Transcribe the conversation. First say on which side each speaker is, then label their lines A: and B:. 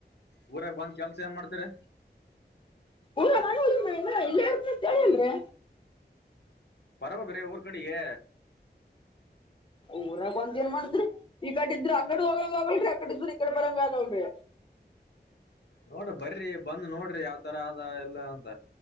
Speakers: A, on the left (about 75°); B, on the left (about 30°).
A: ಊರಾಗ ಬಂದ ಕೆಲ್ಸ ಏನ್ ಮಾಡ್ತಾರೆ.
B: ಊರ ಮಾಡಿಲ್ರಿ ನಾನ ಇಲ್ಲೇ ಇರ್ತ ಅಂತ ಹೇಳಿರಿ.
A: ಬರಬೇಕ್ರಿ ಊರ್ ಕಡೆಗೆ.
B: ಊರಾಗ ಬಂದ ಏನ್ ಮಾಡಿದ್ರಿ ಈ ಕಡೆ ಇದ್ರ ಆಗಡೆ ಹೋಗಂಗ ಆಗಲ್ರರಿ ಆಕಡೆ ಇದ್ರ ಈ ಕಡೆ ಬರಂಗ ಆಗಲ್ರರಿ.
A: ನೋಡ್ರಿ ಬರಿ ಬಂದ ನೋಡ್ರಿ ಯಾವ್ತರ ಆದ ಎಲ್ಲ ಅಂತ.